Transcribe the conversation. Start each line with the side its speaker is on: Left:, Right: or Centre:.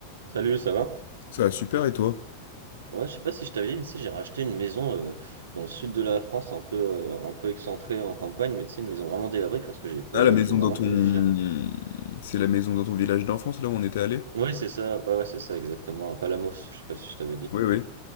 Right: Salut, ça va?
Left: Ça va super et toi?
Right: Ouais, je sais pas si je t'avais dit, mais tu sais, j'ai racheté une maison euh, dans le sud de la France, un peu, euh, un peu excentrée en campagne, mais tu sais, une maison vraiment délabrée parce que j'ai, pas-
Left: Ah, la maison
Right: je l'ai vraiment
Left: dans ton...
Right: pas eu cher.
Left: C'est la maison dans ton village d'enfance, là où on était allé?
Right: Ouais, c'est ça, ouais, ouais, c'est ça, exactement, à Palamos, je sais pas si je t'avais dit.
Left: Oui, oui,